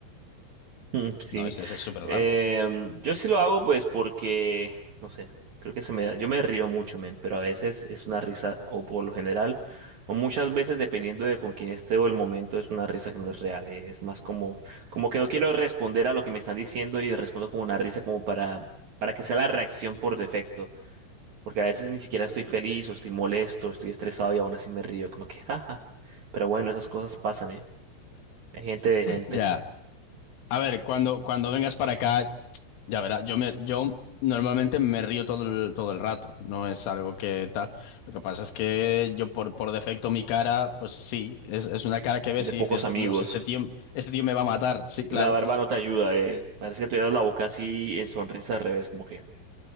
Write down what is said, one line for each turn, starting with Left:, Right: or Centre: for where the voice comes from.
Right: Mm, Sí.
Left: No, ese ese es súper
Right: Em,
Left: raro.
Right: yo sí lo hago pues porque, no sé, creo que se me da, yo me río mucho, men, pero a veces es una risa, o por lo general, o muchas veces dependiendo de con quién esté o el momento, es una risa que no es real, eh, es más como, como que no quiero responder a lo que me están diciendo y respondo con una risa como para, para que sea la reacción por defecto, porque a veces ni siquiera estoy feliz o estoy molesto, estoy estresado y aún así me río, como que, jaja. Pero bueno, esas cosas pasan, ¿eh? Hay gente de gente,
Left: Ya. A ver, cuando, cuando vengas para acá, Ya verás, yo me, yo normalmente me río todo el, todo el rato, no es algo que tal. Lo que pasa es que yo por, por defecto mi cara, pues sí, es, es una cara que ves
Right: de
Left: y
Right: pocos
Left: dices,
Right: amigos.
Left: Dios, este tío, este tío me va a matar. Sí, claro,
Right: Y la barba no te ayuda, eh. Parece que tuvieras la boca así en sonrisa al revés, como que,